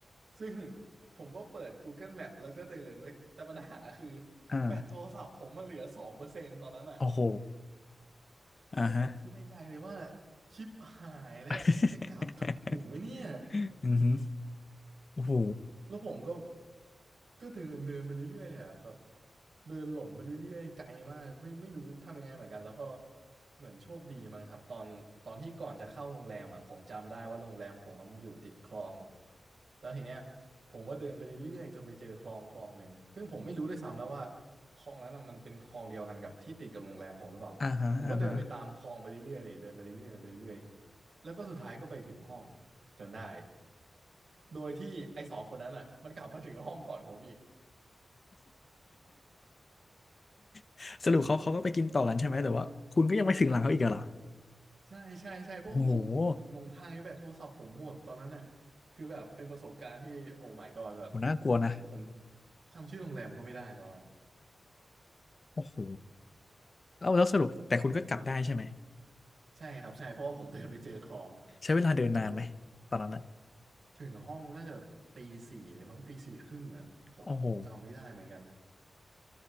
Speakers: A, on the right (about 75°); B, on the left (about 50°).
A: ซึ่ง <laughs> ผมก็เปิด Google Map แล้วก็เดินเว้ยแต่ปัญหาคือ
B: อ่า
A: แบตโทรศัพท์ผมมันเหลือสองเปอร์เซ็นต์ตอนนั้นอ่ะ
B: โอ้โหอ่าฮะ
A: คือผมคิดในใจเลยว่าชิปหายแล้วกูจะกลับถูกไหมเนี่ย
B: <laughs> อือหือโอ้โห
A: แล้วผมก็ก็เดินเดินไปเรื่อยๆเนี่ยแบบเดินหลงไปเรื่อยๆไกลมากไม่ไม่รู้ทำยังไงเหมือนกันแล้วก็เหมือนโชคดีมั้งครับตอนตอนที่ก่อนจะเข้าโรงแรมอ่ะผมจำได้ว่าโรงแรมผมอะมันอยู่ติดคลองแล้วทีเนี้ยผมก็เดินไปเรื่อยๆจนไปเจอคลองคลองหนึ่งซึ่งผมไม่รู้ด้วยซ้ำแล้วว่าคลองนั้นอ่ะมันเป็นคลองเดียวกันกับที่ติดกับโรงแรมผมหรือเปล่าผมก็เดินไปตามคลองไปเรื่อยๆเลยเดินไปเรื่อยๆเดินไปเรื่อยๆแล้วก็สุดท้ายก็ไปถึงห้อง
B: อ่าฮะอ่าฮะ
A: จนได้ โดยที่ไอ้สองคนนั้นอ่ะมันกลับมาถึงห้องก่อนผมอีก
B: <laughs> สรุปเขาเขาก็ไปกินต่อกันใช่ไหมแต่ว่าคุณก็ยังไม่ถึงหลังเขาอีกเหรอ
A: ใช่ใช่ใช่เพราะว่าผมผมลงทางให้แบตโทรศัพท์ผมหมดตอนนั้นน่ะคือแบบเป็นประสบการณ์ที่โอ้
B: โอ้โห
A: my god แบบ
B: โหน่ากลัวนะ
A: ผมจำชื่อโรงแรมก็ไม่ได้ตอนนั้น
B: โอ้โหแล้วแล้วสรุปแต่คุณก็กลับได้ใช่ไหม
A: ใช่ครับใช่เพราะว่าผมเดินไปเจอคลอง
B: ใช้เวลาเดินนานไหมตอนนั้นอ่ะ
A: ผม <laughs> ถึงห้องน่าจะตีสี่เลยมั้งตีสี่ครึ่งอ่ะผมจำไม่ได้เหมือนกัน
B: โอ้โห